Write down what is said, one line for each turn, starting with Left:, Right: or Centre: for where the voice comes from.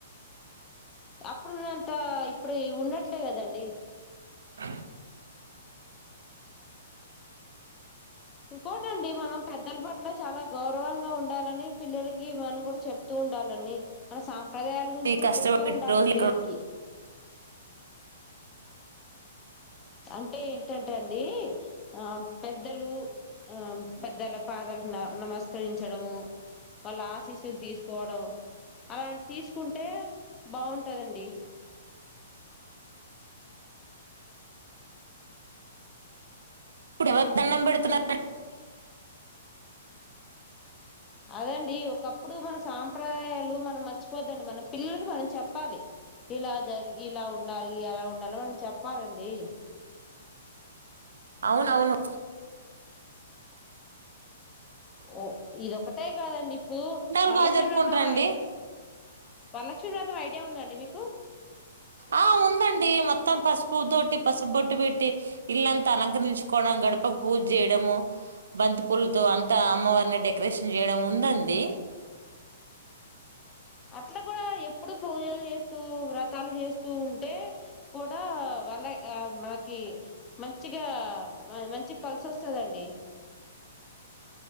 Left: అప్పుడున్న అంత ఇప్పుడు ఉన్నట్లే కదండి.
Right: అ
Left: ఇంకోటండి మనం పెద్దల పట్ల చాలా గౌరవంగా ఉండాలని పిల్లలకి మనం కూడా చెప్తూ ఉండాలని మన సా సంప్రదాయాల గురించి
Right: అది
Left: కూడా
Right: కష్టపడి
Left: చెప్తూ ఉండాలి
Right: రోజులు
Left: పిల్లలకి
Right: ఎక్కడ
Left: అంటే ఏంటంటే అండి ఆ పెద్దలు ఆ పెద్దల పాదన్న నమస్కరించడము వాళ్ళ ఆశీస్సులు తీసుకోవడం అలాంటి తీసుకుంటే బాగుంటదండి
Right: ఇప్పు దండం పెడుతున్న
Left: అదండి ఒకప్పుడు మన సాంప్రదాయాలు మనం మర్చిపోద్దండి మన పిల్లలకి మనం చెప్పాలి ఇలా జరి ఇలా ఉండాలి అలా ఉండాలి మనం చెప్పాలండి
Right: అవునవును
Left: ఓ ఇదొక్కటే కాదండి ఏమో
Right: పండగలు
Left: వరలక్షం
Right: బాగా జరుపుకుంటారండి
Left: రాతాయి వన్ లక్ష శతం ఐడియా ఉందండి మీకు
Right: ఆ ఉందండి మొత్తం పసుపు తోటి పసుపు బొట్టు పెట్టి ఇల్లంతా అలంకరించుకోవడం గడపకు పూజ చేయడము బంతి పూలతో అంతా అమ్మవారిని డెకరేషన్ చేయడం ఉందండి
Left: అట్లా కూడా ఎప్పుడు పూజలు చేస్తూ వ్రతాలు చేస్తూ ఉంటే కూడా వాళ్ళ ఆ మనకి మంచిగా మంచిగా కలిసి వస్తదండి